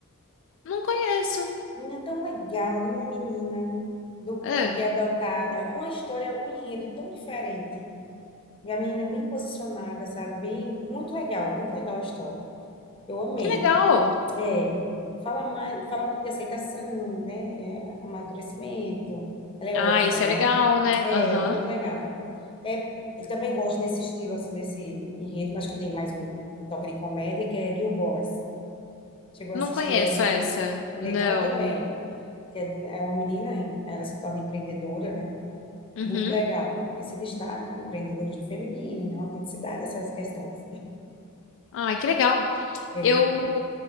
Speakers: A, on the left (about 60°); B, on the left (about 25°).
A: Não conheço.
B: Menina tão legal, de uma menina do
A: É,
B: campo que é adotada. É Uma história, um enredo tão diferente. E a menina é bem posicionada, sabe? Bem, muito legal, muito legal a história. Eu amei.
A: que legal.
B: É, fala mais, fala muito de aceitação, né? é, Amadurecimento. Ela é
A: Ah,
B: órfã,
A: isso
B: né?
A: é legal, né?
B: É,
A: Aham.
B: muito legal. É, eu também gosto nesse estilo, assim, desse enredo, mas que tem mais um, um toque de comédia, que é Gil Boys Chegou
A: Não
B: a assistir
A: conheço
B: essa?
A: essa.
B: Legal
A: Não.
B: também. Que é, de- é uma menina, em- ela se torna empreendedora, né?
A: Uhum.
B: Muito legal. Aí se destaca empreendedorismo feminino, autenticidade, essas questões.
A: Ai, que legal.
B: É.
A: Eu